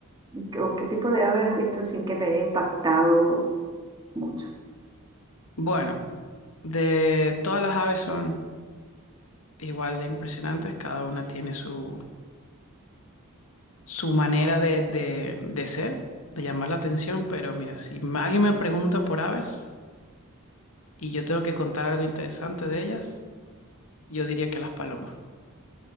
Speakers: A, on the right; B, on the left.
A: qué- o qué tipo de aves has visto sin que te haya impactado mucho?
B: Bueno, de todas las aves son. igual de impresionantes, cada una tiene su, su manera de, de, de ser, de llamar la atención, pero mira, si m- alguien me pregunta por aves y yo tengo que contar algo interesante de ellas, yo diría que las palomas.